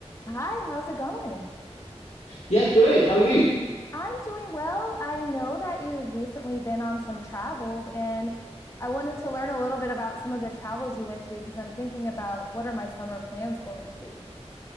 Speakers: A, on the left; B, on the left.
A: Hi, how's it going?
B: Yeah, good. How are you?
A: I'm doing well. I know that you've recently been on some travels, and I wanted to learn a little bit about some of the travels you went to because I'm thinking about what are my summer plans going to be?